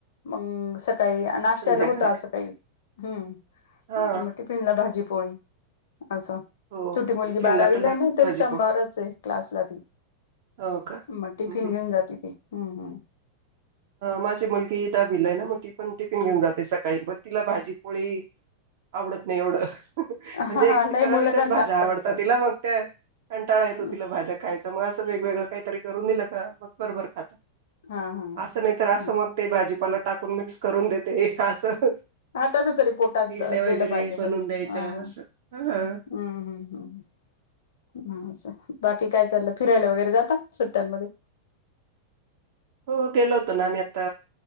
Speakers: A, on the left; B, on the right.
A: मग सका काही, नाश्त्याला
B: संध्याकाळी
A: होत असं
B: का?
A: काही! हम्म.
B: हा
A: मग टिफिनला भाजी. पोळी. असं
B: हो
A: छोटी मुलगी
B: टिफिनला
A: बारावीला
B: तर लागतेच
A: आहे ना! इथे
B: भाजी
A: स्तंभवरच
B: पोळी
A: आहे क्लासला ती.
B: हो का?
A: मग टिफिन
B: हं हं.
A: घेऊन जाते ती. हम् हम्.
B: माझी मुलगी दाहवीला आहे ना मग ती पण टिफिन घेऊन जाते सकाळी. सकाळी पन तिला भाजीपोळी आवडत नाही एवढं. म्हणजे
A: हा हा नाही
B: ठराविकच
A: मुलं कंटाळतात
B: भाज्या आवडतात तिला मग त्या कंटाळा येतो
A: हम्म.
B: तिला भाज्या खायच मग अस. वेगवेगळं काहीतरी करून दिलं का मग बरोबर खाता.
A: हा हा
B: असं! नाही तर असं
A: हा
B: मग ते भाजीपाल. टाकून मिक्स करून देते असं.
A: हा कस तरी पोटात
B: इडल्या वगैरे
A: गेलं पाहिजे
B: बनवून
A: फक्त
B: द्यायच्या
A: ह ह हम्म
B: असं. हा
A: हम्म हम्म हम्म चला. बाकी काय चाललं फिरायला वगैरे जाता सुट्ट्यांन मध्ये?
B: हो गेलं होतं ना आम्ही आता